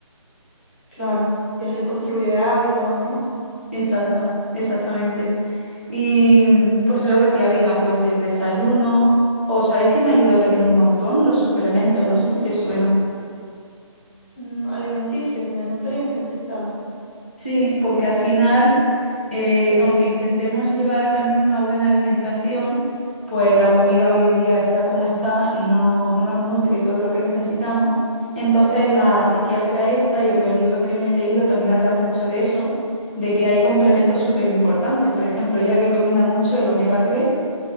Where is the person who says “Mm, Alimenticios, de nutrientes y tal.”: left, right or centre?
Left